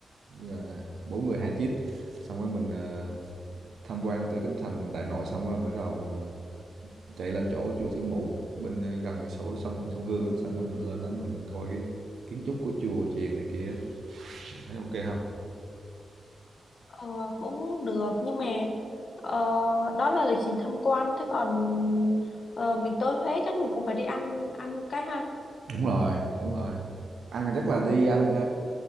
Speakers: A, on the right; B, on the left.
A: ờ, 4 người 2 chiếc, xong rồi mình, ờ, tham quan Tử Cấm Thành, Đại Nội xong rồi mình bắt đầu mình ờ, chạy lên chỗ chùa Thiên Mụ bên, ờ, gần cái chỗ sông sông Hương á, xong rồi mình lên đó mình coi cái kiến trúc của chùa chiền này kia thấy OK không?
B: Ờ, cũng được nhưng mà ờ, đó là lịch trình tham quan thế còn ờ, mình tới Huế chắc mình cũng phải đi ăn ăn cái ha
A: Đúng rồi, đúng rồi. Ăn chắc là đi ăn,
B: ừ.